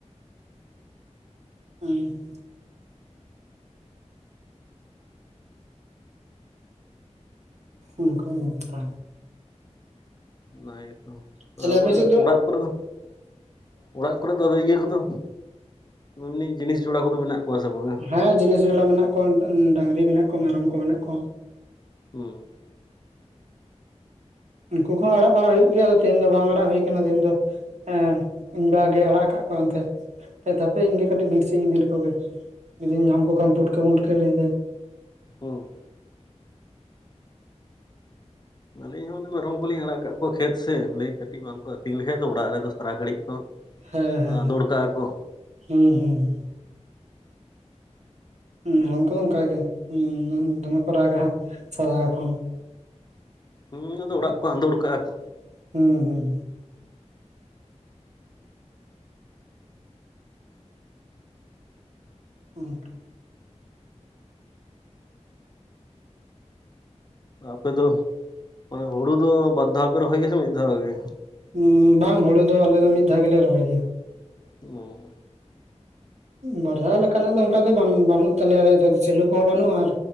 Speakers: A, on the right; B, on the left.
A: ᱦᱮᱸ ᱚᱱᱠᱟ ᱜᱮᱯ ᱯᱟ
B: ᱚᱱᱟ ᱜᱮᱛᱚ
A: ᱛᱟᱦᱚᱞᱮ
B: ᱟᱵᱚᱨᱮᱱ
A: ᱟᱯᱮ ᱥᱮᱫ
B: ᱦᱲᱟᱜ ᱠᱚᱨᱮ ᱫᱚ ᱚᱲᱟᱜ ᱠᱚᱨᱮ ᱫᱚ ᱟᱫᱚ ᱤᱭᱟᱹ ᱠᱚᱫᱚ ᱮᱢᱱᱤ ᱡᱤᱱᱤᱥ ᱡᱚᱲᱟ ᱠᱚᱫᱚ ᱢᱮᱱᱟᱜ ᱠᱚᱣᱟ ᱥᱮ ᱵᱟᱝᱟ?
A: ᱦᱮᱸ ᱡᱤᱱᱤᱥ ᱡᱚᱞᱟ ᱢᱮᱱᱟᱜ ᱠᱚᱣᱟ ᱰᱟᱝ ᱰᱟᱝᱨᱤ ᱢᱮᱱᱟᱜ ᱠᱚᱣᱟ ᱢᱮᱨᱚᱢ ᱠᱚ ᱢᱮᱱᱟᱜ ᱠᱚᱣᱟ᱾
B: ᱦᱩᱸ
A: ᱩᱱᱠᱩ ᱠᱚᱦᱚ ᱟᱲᱟᱜ ᱵᱟᱲᱟ ᱦᱩᱭᱩᱜ ᱜᱮᱭᱟ ᱟᱫᱚ ᱛᱮᱦᱧ ᱫᱚ ᱵᱟᱝ ᱟᱲᱟᱜ ᱦᱩᱭᱩ ᱠᱟᱱᱟ ᱛᱮᱦᱮᱧ ᱫᱚ ᱦᱮᱸ ᱤᱧᱵᱟ ᱜᱮ ᱟᱲᱟᱜ ᱠᱟᱜ ᱠᱚᱣᱟ ᱚᱱᱛᱮ ᱛᱟᱯᱮ ᱤᱧᱜᱮ ᱠᱟᱹᱴᱤᱡ ᱵᱤᱨ ᱥᱤᱧ ᱤᱫᱤ ᱞᱮᱠᱚ ᱜᱮ ᱡᱩᱫᱤᱧ ᱧᱟᱢ ᱠᱚ ᱠᱷᱟᱱ ᱯᱩᱴᱠᱟᱹ ᱢᱩᱴᱠᱟᱹ ᱞᱟᱹᱭᱫᱟ
B: ᱦᱚᱸ ᱟᱞᱤᱧ ᱦᱚ ᱩᱱᱤ ᱢᱟ ᱨᱩᱢ ᱠᱚᱞᱤᱧ ᱟᱲᱟᱜ ᱠᱟᱜ ᱠᱚ ᱠᱷᱮᱛ ᱥᱮ ᱵᱚᱞᱮ ᱠᱟᱹᱴᱤᱡ ᱵᱟᱝᱠᱚ ᱟᱹᱛᱤᱧ ᱞᱮᱠᱷᱟᱡ ᱫᱚ ᱚᱲᱟᱜ ᱨᱮᱫᱚ ᱥᱟᱨᱟ ᱜᱷᱟᱹᱲᱤᱡ ᱠᱚ
A: ᱦᱮᱸ ᱦᱮᱸ
B: ᱟᱸᱫᱳᱲ
A: ᱦᱮᱸ
B: ᱠᱟᱜᱼᱟ ᱠᱚ
A: ᱦᱩᱸ ᱦᱩᱸ ᱦᱩᱸ ᱦᱩᱱᱠᱩ ᱫᱚ ᱚᱱᱠᱟᱜᱮ ᱦᱩᱸ ᱦᱩᱸ ᱫᱚᱢᱮ ᱠᱚ ᱨᱟᱜᱟ ᱦᱟᱜ ᱥᱟᱨᱟ ᱠᱷᱚᱱ
B: ᱦᱩᱸ ᱟᱫᱚ ᱚᱲᱟᱜ ᱠᱚ ᱦᱟᱸᱫᱚᱲ ᱠᱟᱜ-ᱟ ᱠᱚ
A: ᱦᱩᱸ ᱦᱩᱸ ᱦᱩᱸ
B: ᱟᱯᱮ ᱫᱚ ᱚᱱᱮ ᱦᱩᱲᱩ ᱫᱚ ᱵᱟᱨ ᱫᱷᱟᱣ ᱯᱮ ᱨᱚᱦᱚᱭ ᱜᱮᱭᱟ ᱥᱮ ᱢᱤᱫ ᱫᱷᱟᱣ ᱜᱮ?
A: ᱩᱸ ᱵᱟᱝ ᱦᱩᱲᱩ ᱫᱚ ᱟᱞᱮ ᱫᱚ ᱢᱤᱫ ᱫᱷᱟᱣ ᱜᱮᱞᱮ ᱨᱚᱦᱚᱭ ᱜᱮᱭᱟ᱾
B: ᱚ
A: ᱵᱟᱨ ᱫᱷᱟᱣ ᱞᱮᱠᱟᱱᱟᱜ ᱫᱚ ᱚᱱᱠᱟ ᱫᱚ ᱵᱟᱝ ᱵᱟᱹᱱᱩᱜ ᱛᱟᱞᱮᱭᱟ ᱟᱞᱮ ᱫᱚ ᱥᱮᱞᱩ ᱠᱚᱦᱚᱸ ᱵᱟᱹᱱᱩᱜᱼᱟ ᱟᱨ